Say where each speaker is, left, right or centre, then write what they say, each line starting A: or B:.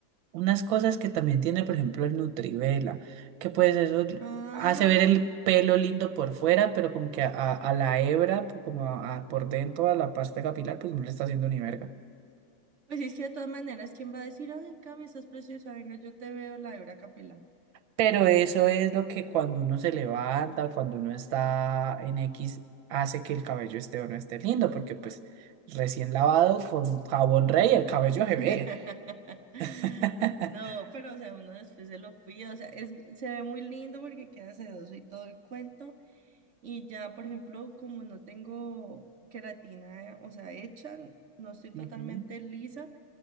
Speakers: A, on the right (about 75°); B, on the right (about 50°).
A: Unas cosas que también tiene, por ejemplo, el Nutrivela, que pues eso
B: Ah,
A: hace ver el pelo lindo por fuera, pero como que a, a la hebra, pues, como a- a por dentro, a la pasta capilar, pues no le está haciendo ni verga.
B: pues es que de todas maneras, ¿quién va a decir, ay, Cami, estás preciosa, venga, yo te veo la hebra capilar?
A: Pero eso es lo que cuando uno se levanta o cuando uno está en X hace que el cabello esté o no esté lindo, porque pues recién lavado con jabón rey el cabello se
B: <laughs>
A: ve. <laughs>
B: No, pero o sea, uno después se lo cuida, o sea, es, se ve muy lindo porque queda sedoso y todo el cuento. Y ya, por ejemplo, como no tengo queratina, eh, o sea, hecha, no estoy totalmente
A: Ujú.
B: lisa,